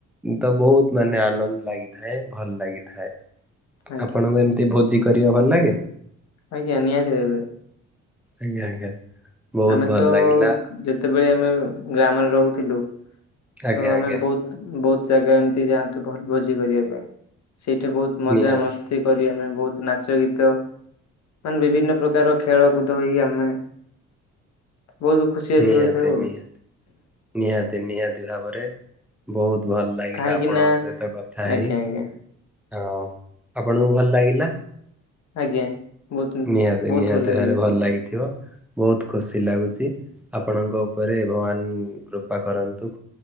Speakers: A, in the centre; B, on the left.
A: ତ ବୋହୁତ ମାନେ ଆନନ୍ଦ ଲାଗିଥାଏ ଭଲ ଲାଗିଥାଏ।
B: ଆଜ୍ଞା
A: ଆପଣଙ୍କୁ ଏମତି ଭୋଜି କରିବା ଭଲ ଲାଗେ?
B: ଆଜ୍ଞା ନିହାତି ଭାବେ।
A: ଆଜ୍ଞା ଆଜ୍ଞା। ବହୁତ
B: ଆମେ
A: ଭଲ
B: ତ
A: ଲାଗିଲା
B: ଯେତେବେଳେ ଆମେ ଗ୍ରାମରେ ରହୁଥିଲୁ
A: ଆଜ୍ଞା
B: ତ ଆମେ
A: ଆଜ୍ଞା
B: ବୋହୁତ ବୋହୁତ ଜାଗା ଏମିତି ଯାଆନ୍ତୁ ଭୋ-ଭୋଜି କରିବା ପାଇଁ ସେଇଠି ବୋହୁତ ମଜା
A: ନିହାତି
B: ମସ୍ତି କରି ଆମେ ବୋହୁତ ନାଚ ଗୀତ ମାନେ ବିଭିନ୍ନ ପ୍ରକାର ଖେଳ କୁଦ ହୋଇ ଆମେ ବହୁତ ଖୁସି ବାସି
A: ନିହାତି
B: ହୋଇଥାଉ ଆଉ
A: ନିହାତି ନିହାତି ନିହାତି ଭାବରେ ବୋହୁତ ଭଲ ଲାଗିଲା
B: କାହିଁକି
A: ଆପଣଙ୍କ
B: ନା
A: ସହିତ କଥା
B: ଆଜ୍ଞା
A: ହେଇ।
B: ଆଜ୍ଞା
A: ଆଉ ଆପଣଙ୍କୁ ଭଲ ଲାଗିଲା?
B: ଆଜ୍ଞା ବହୁତ
A: ନିହାତି
B: ବହୁତ
A: ନିହାତି
B: ଲାଗିଲା
A: ଭାବରେ ଭଲ ଲାଗିଥିବ ବହୁତ ଖୁସି ଲାଗୁଛି ଆପଣଙ୍କ ଉପରେ ଭଗବାନ କୃପା କରନ୍ତୁ